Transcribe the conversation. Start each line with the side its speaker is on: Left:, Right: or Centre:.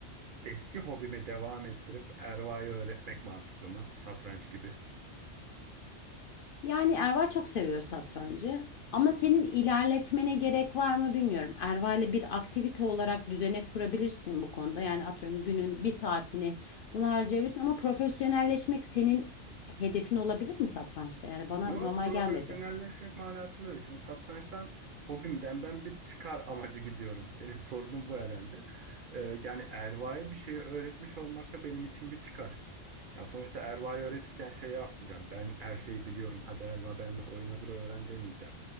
Right: Eski hobimi devam ettirip Erva'yı öğretmek mantıklı mı? Satranç gibi.
Left: Yani Erva çok seviyor satrancı. Ama senin ilerletmene gerek var mı bilmiyorum. Erva ile bir aktivite olarak düzenek kurabilirsin bu konuda. Yani atıyorum günün bir saatini bunu harcayabilirsin ama profesyonelleşmek senin hedefin olabilir mi satrançta? Yani bana
Right: Yo
Left: normal
Right: profesyonelleşmek
Left: gelmedi.
Right: manasında değil. Şimdi satrançtan hobimden ben bir çıkar amacı gidiyorum. Benim sorunum bu herhalde. Ee, yani Erva'ya bir şeyi öğretmiş olmak da benim için bir çıkar. Ya sonuçta Erva'yı öğretirken şey yapmayacağım. Ben her şeyi biliyorum. Hadi Erva benle oynadır öğren demeyeceğim.